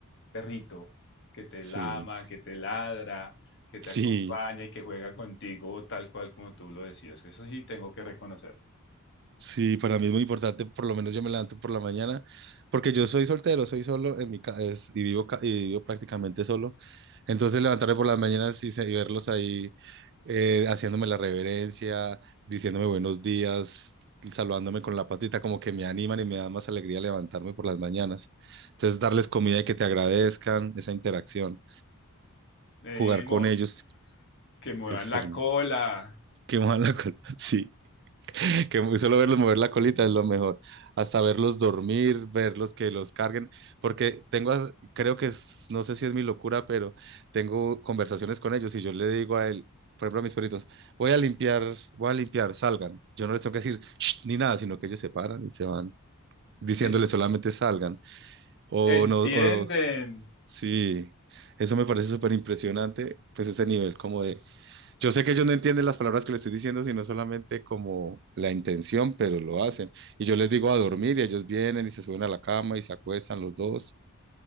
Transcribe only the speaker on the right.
Sí.
Sí,
sí, para mí es muy importante, por lo menos yo me levanto por la mañana, porque yo soy soltero, soy solo en mi ca- es- y vivo ca- y vivo prácticamente solo. Entonces levantarme por las mañanas y, se- y verlos ahí eh, haciéndome la reverencia, diciéndome buenos días, saludándome con la patita, como que me animan y me dan más alegría levantarme por las mañanas. Entonces darles comida y que te agradezcan, esa interacción,
jugar
con ellos
es
hermoso.
Qué mala <laughs> cosa. Sí. <laughs> que muy solo verlos mover la colita es lo mejor. Hasta verlos dormir, verlos que los carguen, porque tengo, as- creo que es- no sé si es mi locura, pero tengo conversaciones con ellos y yo le digo a él, por ejemplo, a mis perritos, voy a limpiar, voy a limpiar, salgan. Yo no les tengo que decir "Shh", ni nada, sino que ellos se paran y se van diciéndoles
solamente salgan. O
no, o sí, eso me parece súper impresionante, pues ese nivel como de yo sé que ellos no entienden las palabras que les estoy diciendo, sino solamente como la intención, pero lo hacen. Y yo les digo a dormir y ellos vienen y se suben a la cama y se acuestan los dos.